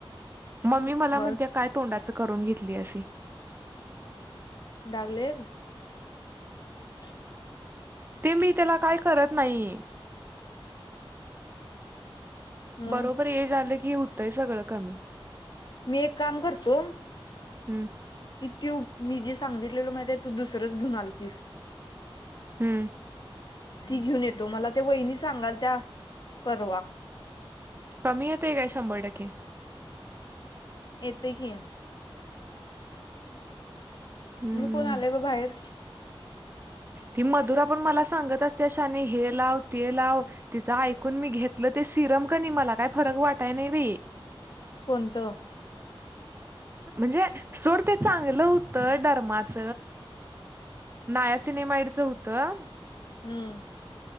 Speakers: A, on the right; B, on the left.
A: मम्मी मला
B: मग
A: म्हणत्या, काय तोंडाच करून घेतली अशी?
B: डाग लई हायेत? <inaudible>
A: ते मी त्याला काय करत नाही.
B: मग
A: बरोबर हे झालं की, हुतंय सगळं कमी.
B: मी एक काम करतो,
A: हम्म
B: ती ट्यूब मी जे सांगितलेल माहितयं, तू दुसरच घेऊन आलतीस.
A: हम्म.
B: ती घेऊन येतो. मला त्या वहिनी सांगालत्या परवा
A: कमी येतयं काय शंभर टक्के?
B: येतंय की.
A: हम्म
B: मु कोण आलेय ग बाहेर?
A: ती मधुरा पण मला सांगत असत्या, शाने हे लाव, ते लाव. तिचं ऐकून मी घेतलं ते सिरम कणी मला काय फरक वाटाय नाही बई.
B: कोणतं?
A: म्हणजे सोड ते चांगलं हुतं डर्माच. नाया, सिनेमाइडचं हुतं.
B: हुम.